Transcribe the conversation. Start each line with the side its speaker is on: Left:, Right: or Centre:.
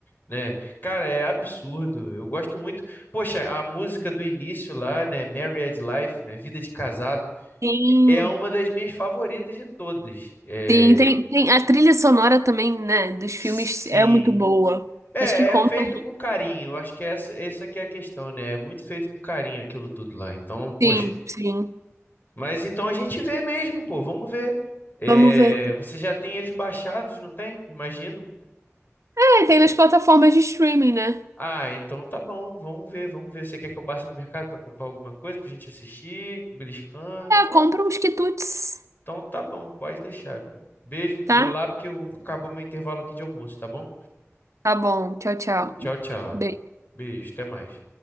Left: né? Cara, é absurdo. Eu gosto muito. Poxa, a música do início lá, né? Married Life, né? Vida de Casado,
Right: Sim.
Left: é uma das minhas favoritas de todas. É,
Right: Sim, tem, tem a trilha sonora também, né? Dos
Left: sim.
Right: filmes é muito boa.
Left: É,
Right: Acho que conta.
Left: é feito com carinho. Eu acho que é essa, essa que é a questão, né? É muito feito com carinho aquilo tudo lá. Então, poxa.
Right: Sim, sim.
Left: Mas então a gente vê mesmo, pô. Vamos ver. É,
Right: Vamos ver.
Left: você já tem eles baixados, não tem? Imagino.
Right: É, tem nas plataformas de streaming, né?
Left: Ah, então tá bom, vamos ver, vamos ver. Você quer que eu passe no mercado para comprar alguma coisa pra gente assistir, beliscando?
Right: compra uns quitutes,
Left: Então tá bom, pode deixar. meu amor. Beijo,
Right: tá?
Left: vou lá porque eu- acabou meu intervalo aqui de almoço, tá bom?
Right: Tá bom. Tchau, tchau.
Left: Tchau, tchau.
Right: Beijo.
Left: Beijo, até mais.